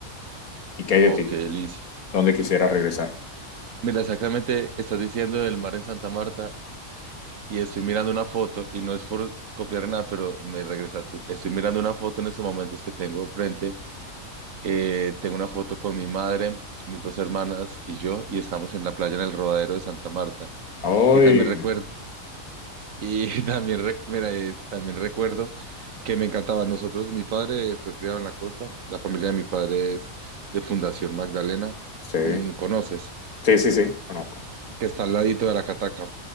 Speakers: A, on the left (about 85°); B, on the right (about 70°).
A: ¿Y qué hay de
B: Oh,
A: ti?
B: qué delicia.
A: ¿Dónde quisieras regresar?
B: Mira, exactamente estás diciendo del mar en Santa Marta y estoy mirando una foto y no es por copiar nada, pero me regresaste. Estoy mirando una foto en estos momentos que tengo frente. eh, tengo una foto con mi madre, mis dos hermanas y yo y estamos en la playa en el Rodadero de Santa Marta.
A: Ay,
B: Y también recuerdo, y <laughs> también, rec- mira, eh, también recuerdo que me encantaba. Nosotros, mi padre fue criado en la costa, la familia de mi padre es de Fundación Magdalena.
A: sí,
B: Mm, ¿Conoces?
A: sí, sí, sí, conozco.
B: que está al ladito de la cataca.